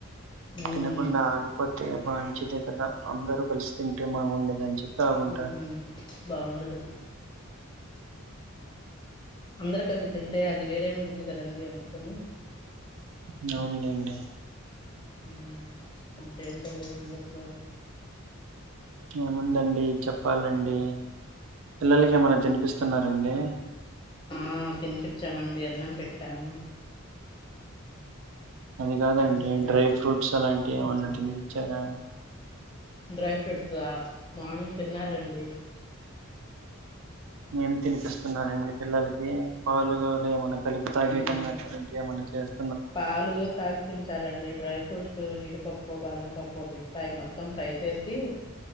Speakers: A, on the left; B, on the right.
A: ఉమ్,
B: తినకుండా ఆగిపోతే మంచిదే కదా అందరూ కలిసి తింటే బావుండేదని చెప్పి ఆగుంటారు
A: మ్ బావుండేది అందరు కలిసి తింటే అది వేరే ఉండిద్ది కదండీ అందుకనీ
B: మ్ అవున్లేండి
A: మ్మ్ ఇంకేంటండి సంగతులు
B: ఏముందండీ చెప్పాలండీ పిల్లలకి ఏమన్న తినిపిస్తున్నారండి
A: ఆ తినిపించామండి అన్నం పెట్టాము
B: అవి కాదండి
A: తిన్నారు
B: డ్రై ఫ్రూట్స్ అలాంటివి ఏమన్నా తినిపించారా
A: డ్రై ఫ్రూట్స్ దా మార్నింగ్ తిన్నారండి
B: ఏం తినిపిస్తున్నారండి పిల్లలకి పాలు గాని ఏమైనా తాగియ్యటం
A: మ్మ్
B: కానీ ఇంకేమన్నా చేస్తున్నారా
A: పాలు తాగిపించాలండి డ్రై ఫ్రూట్స్ జీడిపప్పు పప్పు బాదం పప్పు పిస్తా అయ్యి మొత్తం ఫ్రై చేసి